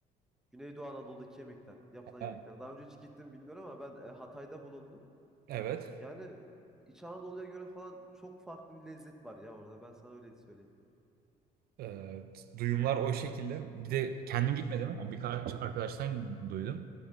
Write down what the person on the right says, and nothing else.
Ha,
evet.
Ee, duyumlar o şekilde. Bir de kendim gitmedim ama birkaç arkadaştan duydum.